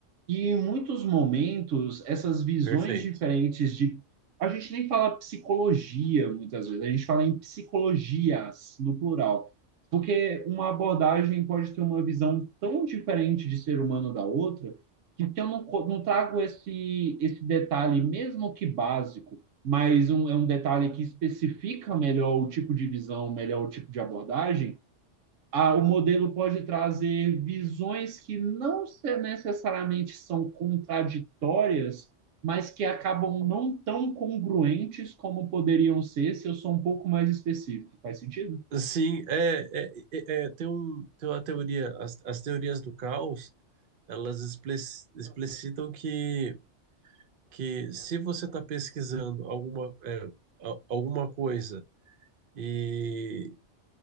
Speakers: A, on the right; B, on the right.
A: E em muitos momentos, essas visões
B: Perfeito.
A: diferentes de. A gente nem fala psicologia muitas vezes, a gente fala em psicologias, no plural. Porque uma abordagem pode ter uma visão tão diferente de ser humano da outra, que se eu não, co- não trago esse, esse detalhe, mesmo que básico, mas um, é um detalhe que especifica melhor o tipo de visão, melhor o tipo de abordagem ah, o modelo pode trazer visões que não se- necessariamente são contraditórias, mas que acabam não tão congruentes como poderiam ser se eu sou um pouco mais específico. Faz sentido?
B: Sim, é, é- é- é, tem, um, tem uma teoria, as, as teorias do caos, elas explic- explicitam que que se você está pesquisando alguma, é, a- alguma coisa e